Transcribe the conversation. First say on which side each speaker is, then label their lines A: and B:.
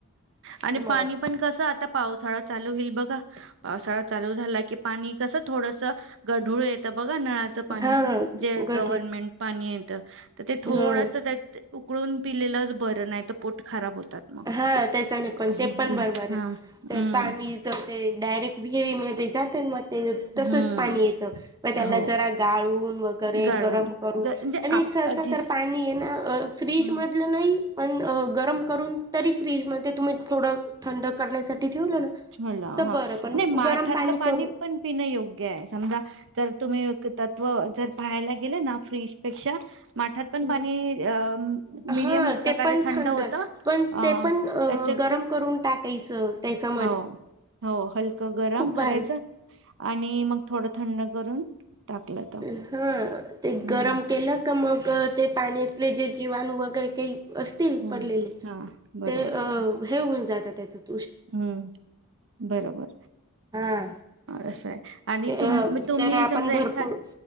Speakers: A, on the right; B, on the right.
A: आणि
B: मग
A: पाणी पण कसं आता पावसाळा चालूं होईल बघा पावसाळा चालूं झाला की पाणी कसं थोडंसं गढूळ येत. बघा नळाचं पाणी
B: हा
A: जे
B: गट
A: गव्हर्मेंट पाणी येतं तर ते थोडंसं
B: हा.
A: त्यात उकळून पिलेलंच बरं नाहीं तर पोट खराब होतात मग
B: हा त्यांचा नाहीं पणं
A: हां.
B: ते पणं बरोबर आहे
A: हम्म.
B: पाणीच जमते डॅक अ विहिरींमध्ये जातील मंग ते तसंच
A: हम्म.
B: पाणी येतं म त्याला
A: हो.
B: जरा गाळून वगैरे
A: गाळण
B: गरम करून
A: ज म्हणजे
B: आणि
A: आप
B: जसं
A: जी
B: तर पाणी येणार फ्रिज
A: हं.
B: मधलं नाही पणं अ गरम करून तरी फ्रीजमध्ये तुम्ही थोडं थंड करण्यासाठी ठेवलं ना
A: ला
B: तर
A: हा
B: बरं पण
A: नाहीं माठातलं
B: गरम
A: पाणी
B: करून
A: पणं पिणं योग्य आहे समजा तर तुम्हीं तत्व जर पाहायला गेले ना फ्रीजपेक्षा माठांत
B: हा
A: पणं पाणी मिडियम
B: हा
A: प्रकारे
B: ते पण
A: थंड होतं
B: पण
A: अ
B: ते पण
A: त्यांच्यात
B: गरम करून टाकायचं काही जमत
A: हो हो हलकं गरम
B: भारी
A: करायचं आणि मंग थोडं थंड करून टाकलं तर.
B: हा ते
A: हम्म.
B: गरम केलं का मंग ते पाण्यातले जे जीव जीवाणू वगैरे काही असतील
A: हम्म.
B: पडलेले
A: हां. बरोबर
B: ते
A: बरोबर.
B: हे होऊन जाता त्यांच्यात
A: हम्म बरोबर
B: हा
A: असंय आणि तुम
B: अ
A: तुम्हीं
B: जर आपण
A: समजा
B: भरपूर
A: एखा